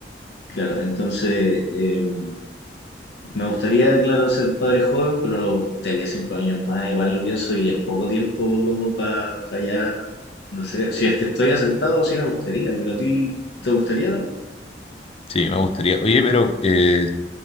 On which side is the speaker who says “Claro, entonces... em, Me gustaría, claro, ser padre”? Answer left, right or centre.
Left